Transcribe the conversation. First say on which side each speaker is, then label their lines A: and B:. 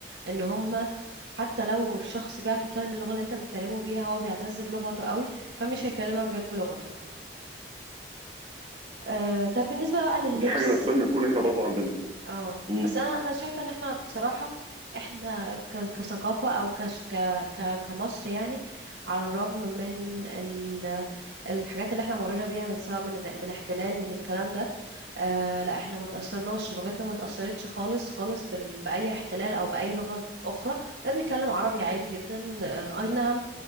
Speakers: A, on the right (about 80°); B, on the right (about 30°).
A: ان هم حتى لو الشخص بيعرف يتكلم اللغة اللي انت بتكلمه بيها هو بيعتز بلغته قوي فمش هيكلمك غير بلغته آه طب بالنسبة بقى لللبس
B: دي حاجه نتمنى نكون احنا برضه عندنا
A: اه
B: امم
A: بس انا انا شايفه ان احنا بصراحه احنا ك- كثقافه او كش ك ك كمصر يعني على الرغم من ال الحاجات اللي احنا مرينا بيها من سواء من من احتلال من الكلام ده آه لا احنا ما تاثرناش لغتنا ما تاثرتش خالص خالص بال باي احتلال او باي لغه اخرى لا بنتكلم عربي عادي جدا آه اي نعم